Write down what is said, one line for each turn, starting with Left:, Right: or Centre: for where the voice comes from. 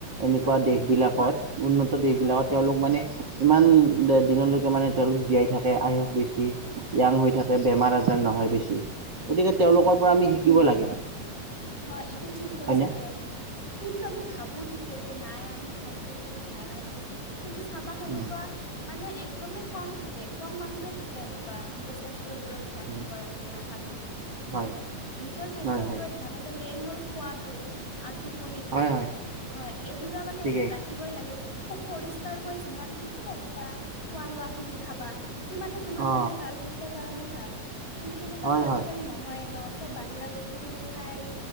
Right: এনেকুৱা
Left: হয়
Right: দেশবিলাকত উন্নত দেশবিলাকত
Left: হয়
Right: তেওঁলোক মানে ইমান দিনলৈকে মানে তেওঁলোক জীয়াই থাকে, আয়ুস বেছি। য়াং হৈ থাকে, বেমাৰ আজাৰ নহয় বেছি, গতিকে
Left: হয়
Right: তেওঁলোকৰ
Left: হয়
Right: পৰা আমি শিকিব লাগে।
Left: হয়, এইটো ঠিক কৈছা
Right: হয়নে
Left: দিয়া তুমি। কিন্তু আমি ভাবো ঠিকে যে নাই আমি স্বাস্থ্যৰ প্ৰতি ধ্যান ৰাখিম। কিন্তু চাবা সেনেকুৱা।
Right: উম,
Left: মানে একদমেই কম থাকে, কম মানুহে থাকে এনেকুৱা নিজৰ স্বাস্থ্যৰ ওপৰত। ধান
Right: উম।
Left: কি কৰাটো ৰাখাটো
Right: হয়
Left: নিজৰ স্বাস্থ্যৰ
Right: হয়
Left: ওপৰত।
Right: হয়
Left: ধানহলে মেইন হ'ল খোৱাটো আৰু টোপনিটো
Right: হয় হয়
Left: হয়, এই দুটা মানে
Right: ঠিকেই
Left: ৰাখি। থাকিবই লাগে, পৰিষ্কাৰকৈ যিমান কি কৰিবা খোৱা লোৱা খিনি খাবা। সিমানে তোমাৰ
Right: অ
Left: কাৰণে ভাল, স্বাস্থ্যৰ কাৰণে ভাল কিন্তু সেনেকুৱাতো
Right: হয়
Left: আজিকালি
Right: হয়
Left: নহয়ে ন। চব বাহিৰা বস্তু খিনি খাই,